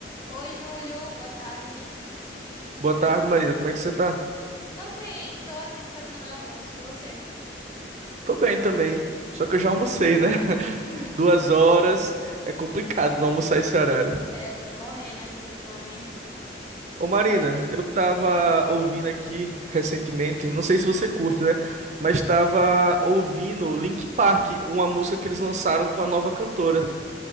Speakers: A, on the left (about 20°); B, on the right (about 40°).
A: Oi, Júlio, boa tarde.
B: Boa tarde, Marina. Como é que você tá?
A: Tô bem, tô aqui esperando o meu almoço e você?
B: Tô bem também, só que eu já almocei, né? <laughs>
A: <laughs>
B: Duas horas, é complicado não almoçar esse horário.
A: É, eu tô morrendo aqui de fome.
B: Ô Marina,
A: Mas-
B: eu tava ouvindo aqui recentemente, não sei se você curte, né? Mas tava ouvindo Link Park, uma música que eles lançaram com a nova cantora.